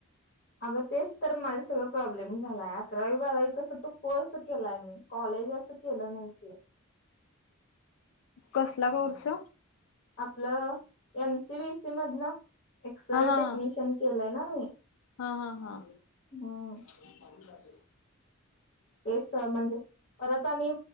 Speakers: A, on the left (about 50°); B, on the left (about 80°).
A: अगं तेच तर माझं सगळं प्रॉब्लेम झालाया. अकरावी बारावी कसं तो कोर्स केलाय मी, कॉलेज असं केलं नाही ते.
B: कसला कोर्स?
A: आपलं एमसीव्हीसी मधनं. एक्सरे
B: हा
A: टेक्निशियन केलंय ना मी,
B: हा हा हा
A: हम्म.
B: <inaudible>
A: तेस म्हणजे परत आणि